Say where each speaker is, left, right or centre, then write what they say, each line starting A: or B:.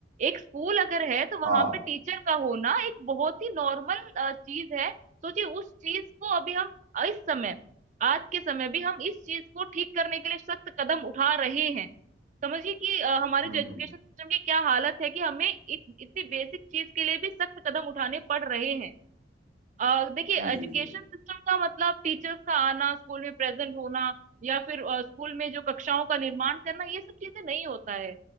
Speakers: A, on the right; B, on the right.
A: एक स्कूल अगर है तो
B: हाँ
A: वहां पे टीचर का होना एक बहुत ही नॉर्मल चीज है सोचिए उस चीज को अभी हम इस समय आज के समय भी हम इस चीज को ठीक करने के लिए सख्त कदम उठा रहे हैं समझिए कि अ, हमारे
B: हम्म
A: जो एजुकेशन
B: हम्म।
A: सिस्टम की क्या हालत है कि हमें इत, इतनी बेसिक चीज के लिए भी सख्त कदम उठाने पड़ रहे हैं अ, देखिए
B: जी
A: एजुकेशन
B: जी जी
A: सिस्टम का मतलब टीचर्स का आना स्कूल में प्रेजेंट होना या फिर अ, स्कूल में जो कक्षाओं का निर्माण करना ये सब चीजें नहीं होता है